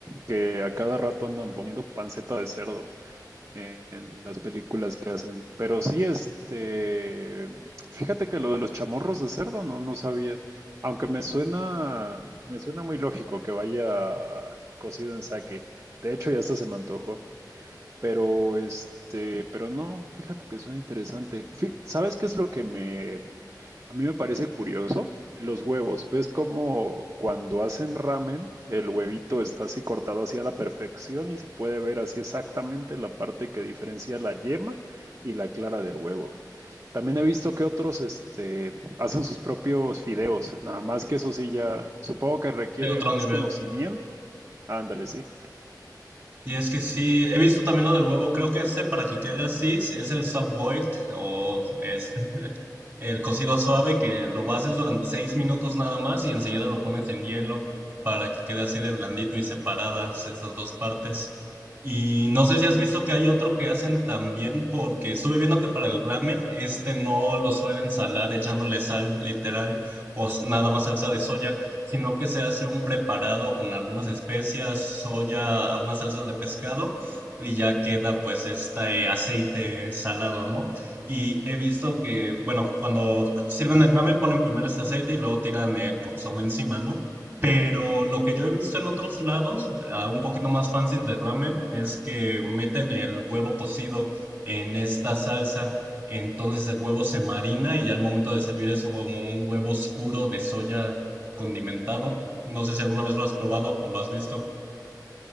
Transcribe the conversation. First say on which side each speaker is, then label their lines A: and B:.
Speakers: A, on the right; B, on the right.
A: que a cada rato andan poniendo panceta de cerdo en las películas que hacen. Pero sí, este, fíjate que lo de los chamorros de cerdo no, no sabía, aunque me suena, me suena muy lógico que vaya cocido en sake. De hecho, ya hasta se me antojó. Pero este, pero no, fíjate que suena interesante. Fi- ¿Sabes qué es lo que me a mí me parece curioso? Los huevos. ¿Ves cómo cuando hacen ramen el huevito está así cortado así a la perfección y se puede ver así exactamente la parte que diferencia la yema y la clara del huevo? También he visto que otros este hacen sus propios fideos, nada más que eso sí ya supongo que requiere
B: de otro
A: más
B: nivel.
A: conocimiento. Ándale, sí.
B: Y es que sí, he visto también lo del huevo, creo que este para que quede así es el sub-boiled o este, <laughs> el cocido suave que lo haces durante seis minutos nada más y enseguida lo pones en hielo para que quede así de blandito y separadas estas dos partes. Y no sé si has visto que hay otro que hacen también porque estuve viendo que para el ramen este no lo suelen salar echándole sal literal o s- nada más salsa de soya sino que se hace un preparado con algunas especias, soya, unas salsas de pescado y ya queda pues este aceite salado, ¿no? Y he visto que, bueno, cuando sirven el ramen ponen primero este aceite y luego tiran el consomé encima, ¿no? Pero lo que yo he visto en otros lados, ah, un poquito más fancy de ramen, es que meten el huevo cocido en esta salsa. Entonces el huevo se marina y ya al momento de servir es como un huevo oscuro de soya condimentado. No sé si alguna vez lo has probado o lo has visto.